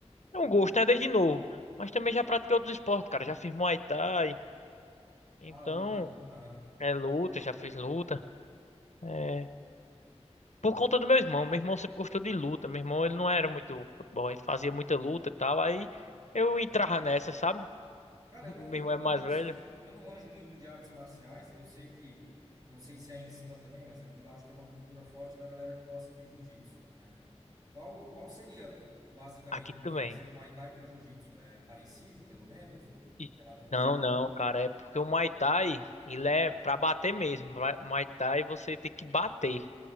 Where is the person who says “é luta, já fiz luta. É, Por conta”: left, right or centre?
Left